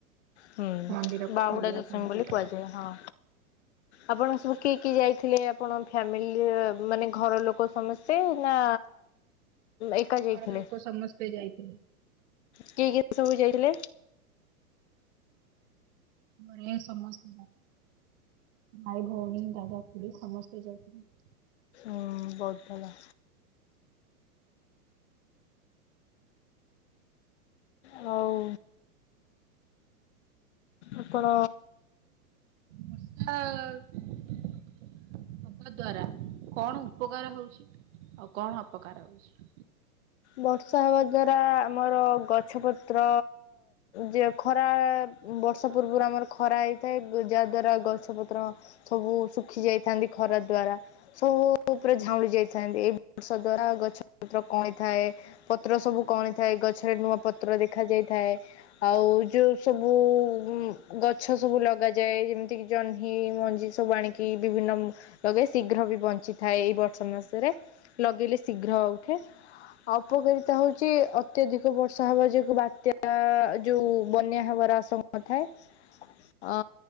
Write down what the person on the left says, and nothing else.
ହୁଁ
ବାହୁଡା
ଦଶମୀ
ବୋଲି କୁହାଯାଏ ହଁ। ଆପଣ ସବୁ କିଏ କିଏ ଯାଇଥିଲେ ଆପଣ ଫ୍ୟାମିଲିରେ ମାନେ ଘର ଲୋକ ସମସ୍ତେ ନା ଏକା ଯାଇଥିଲେ
କିଏ କିଏ ସବୁ ଯାଇଥିଲେ?
ହଁ ବହୁତ୍ ଭଲ। ହଉ ଆପଣ
ବର୍ଷା ହେବା ଦ୍ୱାରା ଆମର ଗଛପତ୍ର ଯେ ଖରା ବର୍ଷା ପୂର୍ବରୁ ଆମର ଖରା ହେଇଥାଏ ଯାହା ଦ୍ଵାରା ଗଛ ପତ୍ର ସବୁ ଶୁଖି ଯାଇଥାନ୍ତି ଖରା ଦ୍ଵାରା। ସବୁ ଉପରେ ଝାଉଁଳି ଯାଇଥାନ୍ତି। ଏଇ ବର୍ଷା ଦ୍ଵାରା ଗଛ ପତ୍ର କଅଁଳି ଥାଏ। ପତ୍ର ସବୁ କଅଁଳି ଥାଏ। ଗଛରେ ନୂଆ ପତ୍ର ଦେଖା ଯାଇଥାଏ। ଆଉ ଯୋଉ ସବୁ ଉମ୍ ଗଛ ସବୁ ଲଗାଯାଏ ଯେମତି କି ଜହ୍ନି ମଞ୍ଜି ସବୁ ଆଣିକି ବିଭିନ୍ନ ଲଗାଏ ଶୀଘ୍ର ବି ବଞ୍ଚିଥାଏ ଏଇ ବର୍ଷ ମାସରେ ଲଗେଇଲେ ଶୀଘ୍ର ଉଠେ। ଅପକାରିତା ହଉଚି ଅତ୍ୟଧିକ ବର୍ଷା ହବା ଯୋଗୁ ବାତ୍ୟା ଆ ଯୋଉ ବନ୍ୟା ହବାର ଆଶଙ୍କ୍ ନଥାଏ ଆ